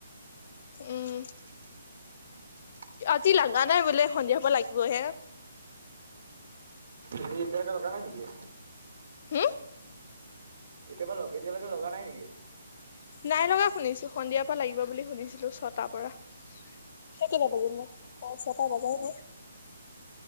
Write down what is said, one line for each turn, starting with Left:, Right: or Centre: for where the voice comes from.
Left: উম
Right: <inaudible>
Left: আজি লাগা নাই বোলে সন্ধিয়া পাই লাগিবহে।
Right: আজি এতিয়ালৈকে <unintelligible>
Left: হম?
Right: এতিয় পৰা এতিয়ালৈকে লগা নাই নেকি।
Left: নাই লগা শুনিছো সন্ধিয়াৰ পৰা লাগিব বুলি শুনিছিলো ছটাৰ পৰা কেইটা বাজিলে ন, ছটা বজাই নাই।